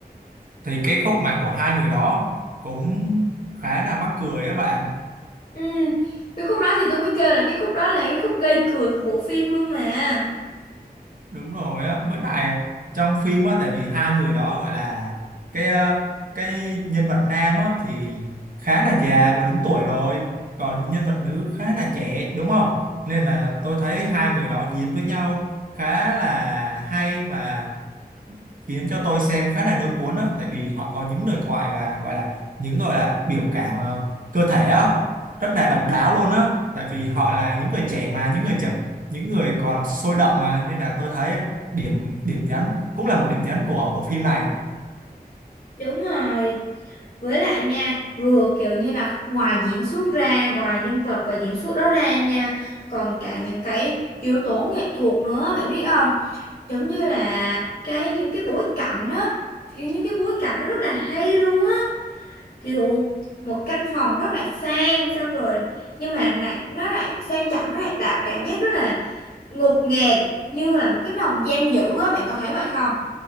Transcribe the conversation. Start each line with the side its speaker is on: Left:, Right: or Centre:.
Right: thì cái khúc mà của hai người đó cũng khá là mắc cười á bạn
Left: Ừ, cái khúc đó thì tôi mới kêu là cái khúc đó là cái khúc gây cười của bộ phim luôn mà.
Right: đúng rồi á với lại à, trong phim á tại vì hai người đó gọi là cái ờ, cái nhân vật nam á thì khá là già và đứng tuổi rồi còn nhân vật nữ khá là trẻ đúng không nên là tôi thấy hai người đó diễn với nhau khá là hay và khiến cho tôi xem khá là nối cuốn á tại vì họ có những lời thoại và gọi là những gọi là biểu cảm ờ, cơ thể á rất là độc đáo luôn á tại vì họ là những người trẻ mà những người trẻ những người còn sôi động mà nên là tôi thấy điểm điểm nhấn cũng là một điểm nhấn của bộ phim này
Left: Đúng rồi. Với lại nha, vừa kiểu như là ngoài diễn xuất ra, ngoài nhân vật và diễn xuất đó ra nha, còn cả những cái yếu tố nghệ thuật nữa, bạn biết không? Giống như là cái những cái bối cảnh á, kiểu những cái bối cảnh nó rất là hay luôn á, kiểu một căn phòng rất là sang xong rồi nhưng mà lại nó lại sang trọng nó lại tạo cảm giác rất là ngột ngạt như là một cái nồng giam giữ á bạn có thấy vậy không